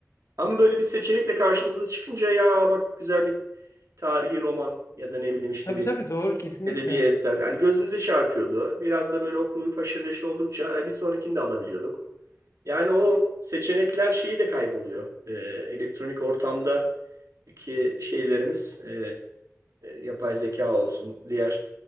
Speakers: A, on the right; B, on the left.
A: Ama böyle bir seçenekle karşımıza çıkınca ya bak güzel bir tarihi roman ya da ne bileyim işte
B: Tabii
A: bir
B: tabii doğru kesinlikle.
A: Edebi eser. Yani gözümüzü çarpıyordu. Biraz da böyle okuyup haşır neşir oldukça e, bir sonrakini de alabiliyorduk. Yani o seçenekler şeyi de kayboluyor. Ee, elektronik ortamdaki şeylerimiz e, yapay zeka olsun, diğer